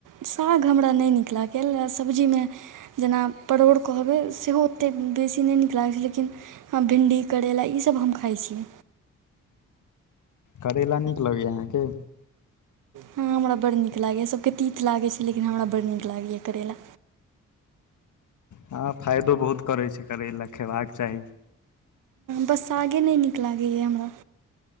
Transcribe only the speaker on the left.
करैेला नीक लगैए अहाँके
हँ फायदो बहुत करै छै करैला खयबाक चाही